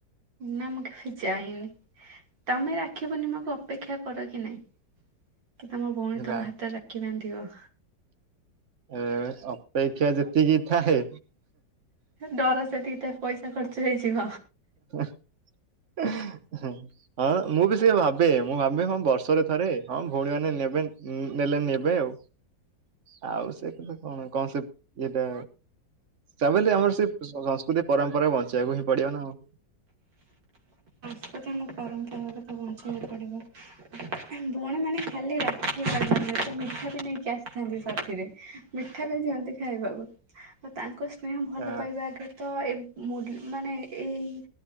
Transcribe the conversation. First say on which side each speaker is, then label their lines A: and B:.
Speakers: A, on the right (about 85°); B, on the right (about 45°).
A: ନା ମୁଁ କେବେ ଯାଇନି। ତମେ ରାକ୍ଷୀ ପୁର୍ଣ୍ଣିମାକୁ ଅପେକ୍ଷା କର କି ନାଇଁ। କି ତମ ଭଉଣୀ
B: ହେଲା
A: ତମ ହାତରେ ରାଖି ବାନ୍ଧିବ।
B: ଏ ଅପେକ୍ଷା ଯେତିକି ଥାଏ।
A: ଡର ସେତିକି ତ ପଇସା ଖର୍ଚ୍ଚ ହେଇଯିବ।
B: <unintelligible> <unintelligible> ହଁ ମୁଁ ବି ସେୟା ଭାବେ ମୁଁ ଭାବେ ହଁ ବର୍ଷରେ ଥରେ ହଁ ଭଉଣୀ ମାନେ ନେବେ ନେଲେ ନେବେ ଆଉ। ଆଉ ସେ କେବେ କଣ କଁ ସେ ଇଏଟା। ତା ବେଲୀ ଆମର ସେଇ ସଂସ୍କୃତି ପରମ୍ପରା ବଞ୍ଚେଇି ବାକୁ ହିଁ ପଡିବ ନା ଆଉ।
A: ତଥାପି ଆମ ପରମ୍ପରା କୁ ତ ବଞ୍ଚେଇ ବାକୁ ପଡିବ। ଏଁ ଭଉଣୀ ମାନେ ଖାଲି ରାକ୍ଷୀ ଆଣିନଥାନ୍ତି ତ ମିଠା ବି ନେଇକି ଆସିଥାନ୍ତି ସାଥିରେ। ମିଠା ବି ଦିଅନ୍ତି ଖାଇବାକୁ ଆଉ ତାଙ୍କ ସ୍ନେହ ଭଲ
B: ଆ
A: ପାଇବା ଆଗରେ। ତ ଏ ମୁ ମାନେ ଏଇ